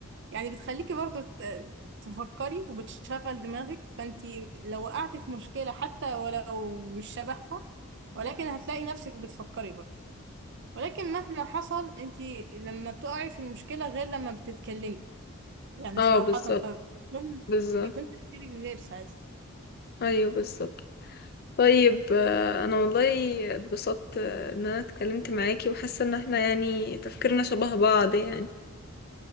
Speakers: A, on the right (about 55°); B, on the left (about 45°).
A: يعني بتخليكي برضه ت- تفكري وبتشغل دماغك فانت لو وقعتي في مشكله حتى ولو مش شبهها ولكن هتلاقي نفسك بتفكري برضه ولكن مهما حصل انت لما بتقعي في المشكلة غير لما بتتكلمي يعني
B: اه
A: صراحة
B: بالظبط
A: ف
B: بالظبط
A: بيكون تفكيرك غير ساعتها
B: ايوه بالظبط طيب آه، انا والله اتبسطت آه، ان انا اتكلمت معاكي وحاسة ان احنا يعني تفكيرنا شبه بعض يعني